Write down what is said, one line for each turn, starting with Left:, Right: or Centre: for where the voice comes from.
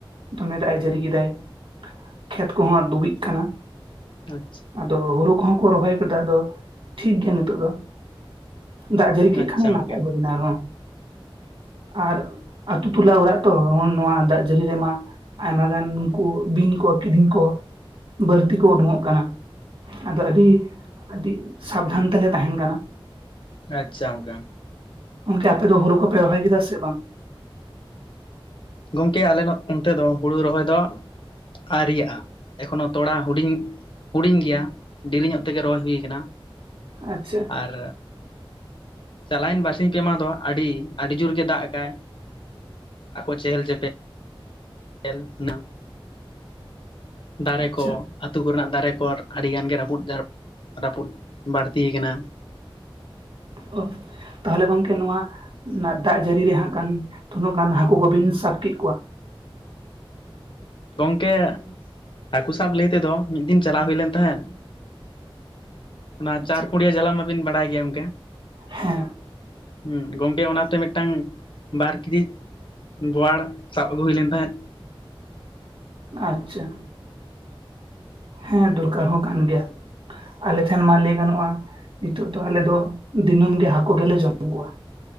Right: ᱫᱚᱢᱮ ᱫᱟᱜ ᱡᱟᱹᱨᱤ ᱠᱮᱫᱟᱭ ᱾ ᱠᱷᱮᱛ ᱠᱚᱦᱚᱸ ᱰᱩᱵᱤᱡ ᱠᱟᱱᱟ᱾
Left: ᱟᱪᱪᱷᱟ᱾
Right: ᱟᱫᱚ ᱦᱳᱲᱩ ᱠᱚᱦᱚᱸ ᱠᱚ ᱨᱚᱦᱚᱭ ᱠᱟᱫᱟ ᱟᱫᱚ ᱴᱷᱤᱠ ᱜᱮᱭᱟ ᱱᱤᱛᱚᱜ ᱫᱚ᱾ ᱫᱟᱜ ᱡᱟᱹᱲᱤ ᱠᱮᱜ
Left: ᱟᱪᱪᱷᱟ
Right: ᱠᱷᱟᱱᱮ ᱱᱟᱯᱟᱭ
Left: ᱜᱚᱝᱠᱮ
Right: ᱦᱩᱭᱱᱟ ᱟᱨᱦᱚᱸ, ᱟᱨ ᱟᱛᱩ ᱴᱚᱞᱟ ᱚᱲᱟᱜ ᱛᱚ ᱱᱚᱣᱟ ᱫᱟᱜ ᱡᱟᱹᱲᱤ ᱨᱮᱢᱟ ᱟᱭᱢᱟ ᱜᱟᱱ ᱱᱩᱠᱩ ᱵᱤᱧ ᱠᱚ ᱠᱤᱫᱤᱧ ᱠᱚ ᱵᱟᱹᱲᱛᱤ ᱠᱚ ᱩᱰᱩᱠᱚᱜ ᱠᱟᱱᱟ᱾ ᱟᱫᱚ ᱟᱹᱰᱤ ᱟᱹᱰᱤ ᱥᱟᱵᱫᱷᱟᱱ ᱛᱮᱞᱮ ᱛᱟᱦᱮᱸᱱ ᱠᱟᱱᱟ᱾
Left: ᱟᱪᱪᱷᱟ ᱚᱝᱠᱟ
Right: ᱚᱱᱠᱮ ᱟᱯᱮ ᱫᱚ ᱦᱩᱲᱩ ᱠᱚ ᱯᱮ ᱨᱚᱦᱚᱭ ᱠᱮᱫᱟ ᱥᱮ ᱵᱟᱝ?
Left: ᱜᱚᱝᱠᱮ ᱟᱞᱮ ᱱᱚᱛ ᱚᱱᱛᱮ ᱫᱚ ᱦᱩᱲᱩ ᱨᱚᱦᱚᱭ ᱫᱚᱼᱼ ᱟᱹᱨᱤᱭᱟᱜᱼᱟ ᱮᱠᱷᱚᱱᱚ ᱛᱚᱲᱟ ᱦᱩᱰᱤᱧ ᱦᱩᱰᱤᱧ ᱜᱮᱭᱟ ᱾ ᱰᱮᱨᱤ ᱧᱚᱜ ᱛᱮᱜᱮ ᱨᱚᱦᱚᱭ ᱦᱩᱭ ᱟᱠᱟᱱᱟ ᱾
Right: ᱟᱪᱪᱷᱟ ᱾
Left: ᱟᱨ ᱪᱟᱞᱟᱣᱮᱱ ᱵᱟᱨᱥᱤᱧ ᱯᱮ ᱢᱟᱦᱟ ᱫᱚ ᱟᱹᱰᱤ ᱟᱹᱰᱤ ᱡᱩᱨ ᱜᱮ ᱫᱟᱜ ᱟᱠᱟᱜᱼᱟᱭ ᱾ ᱪᱮᱦᱮᱞ ᱪᱮᱯᱮᱼᱼ ᱮᱞᱯ ᱱᱟ ᱫᱟᱨᱮ
Right: ᱟᱪᱪᱷᱟ
Left: ᱠᱚᱼᱼ ᱟᱹᱛᱩ ᱠᱚᱨᱮᱱᱟᱜ ᱫᱟᱨᱮ ᱠᱚᱨ ᱟᱹᱰᱤ ᱜᱟᱱ ᱜᱮ ᱨᱟᱹᱯᱩᱫ ᱡᱟ ᱨᱟᱹᱯᱩᱫ ᱵᱟᱹᱲᱛᱤ ᱟᱠᱟᱱᱟ ᱾
Right: ᱚᱦ ᱛᱟᱦᱚᱞᱮ ᱜᱚᱝᱠᱮ ᱱᱚᱣᱟ ᱫᱟᱜ ᱡᱟᱹᱲᱤ ᱨᱮ ᱦᱟᱸᱜ ᱜᱟᱱ ᱛᱩᱱᱟᱹᱜ ᱜᱟᱱ ᱦᱟᱹᱠᱩ ᱠᱚᱵᱤᱱ ᱥᱟᱵ ᱠᱮᱫ ᱠᱚᱣᱟ?
Left: ᱜᱚᱝᱠᱮ ᱦᱟᱹᱠᱩ ᱥᱟᱵ ᱞᱟᱹᱭ ᱛᱮᱫᱚ ᱢᱤᱫ ᱫᱤᱱ ᱪᱟᱞᱟᱣ ᱦᱩᱭ ᱞᱮᱱ ᱛᱟᱦᱮᱸᱫ ᱾ ᱚᱱᱟ
Right: ᱟᱪᱪᱷᱟ
Left: ᱪᱟᱨ ᱠᱩᱲᱤᱭᱟ ᱡᱟᱞᱟᱢ ᱢᱟᱵᱤᱱ ᱵᱟᱲᱟᱭ ᱜᱮᱭᱟ ᱜᱚᱢᱠᱮ,
Right: ᱦᱮᱸ
Left: ᱦᱩᱸ ᱜᱚᱝᱠᱮ ᱚᱱᱟᱛᱮ ᱢᱤᱫᱴᱟᱝ ᱵᱟᱨ ᱠᱤᱡᱤᱭᱤᱡᱼᱼ ᱵᱳᱣᱟᱲ ᱥᱟᱵ ᱟᱹᱜᱩ ᱦᱩᱭ ᱞᱮᱱ ᱛᱟᱦᱮᱸᱫ ᱾
Right: ᱟᱪᱪᱷᱟ ᱾ ᱦᱮᱸ ᱫᱩᱨᱠᱟᱨ ᱦᱚᱸ ᱠᱟᱱ ᱜᱮᱭᱟ, ᱟᱞᱮ ᱴᱷᱮᱱ ᱢᱟ ᱞᱟᱹᱭ ᱜᱟᱱᱚᱜᱼᱟᱼᱼ ᱱᱤᱛᱚᱜ ᱫᱚ ᱟᱞᱮ ᱫᱚ ᱫᱤᱱᱟᱹᱢ ᱜᱮ ᱦᱟᱹᱠᱩ ᱜᱮᱞᱮ ᱡᱚᱢ ᱠᱚᱣᱟ ᱾